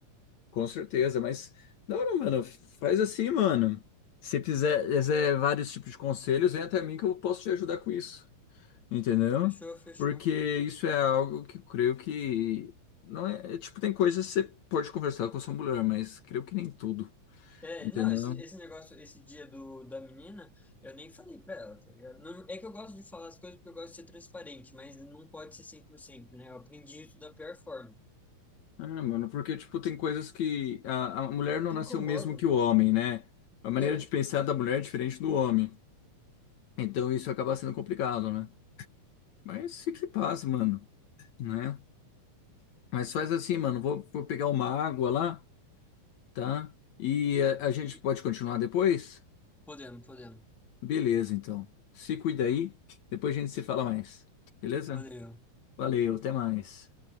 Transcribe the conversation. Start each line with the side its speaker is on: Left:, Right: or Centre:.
Left: Com certeza, mas da hora, mano, faz assim, mano. Se quiser, quiser vários tipos de conselhos, vem até mim que eu posso te ajudar com isso, entendeu?
Centre: fechou, fechou.
Left: Porque isso é algo que eu creio que não é, é, tipo, tem coisas que você pode conversar com a sua mulher, mas creio que nem tudo,
Centre: É,
Left: entendeu?
Centre: não, esse, esse negócio, esse dia do, da menina, eu nem falei pra ela, tá ligado? Não- é que eu gosto de falar as coisas porque eu gosto de ser transparente, mas não pode ser 100%, né? Eu aprendi isso da pior forma.
Left: Ah, mano, porque, tipo, tem coisas que a, a mulher não
Centre: Que
Left: nasceu
Centre: incomoda.
Left: mesmo que o homem, né? A maneira
Centre: É.
Left: de pensar da mulher é diferente do homem. Então isso acaba sendo complicado, né? Mas fique em paz, mano, né? Mas faz assim, mano, vou, vou pegar uma água lá, tá? E a, a gente
Centre: E
Left: pode continuar depois?
Centre: podemos, podemos.
Left: Beleza, então. Se cuida aí, depois a gente se fala mais. Beleza?
Centre: Valeu.
Left: Valeu, até mais.